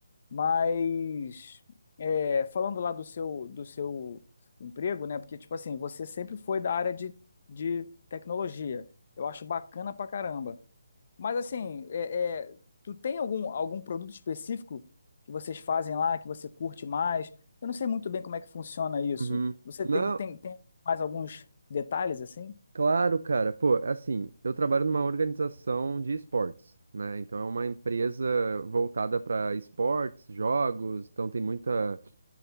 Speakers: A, on the left; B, on the right.
A: Mas é, falando lá do seu do seu emprego, né? Porque tipo assim, você sempre foi da área de, de tecnologia. Eu acho bacana pra caramba. Mas assim, é, é, tu tem algum algum produto específico que vocês fazem lá que você curte mais? Eu não sei muito bem como é que funciona isso.
B: uhum.
A: Você
B: Não,
A: tem tem, tem mais alguns detalhes assim?
B: Claro, cara. Pô, assim, eu trabalho numa organização de esportes, né? Então é uma empresa voltada para esportes, jogos, então tem muita,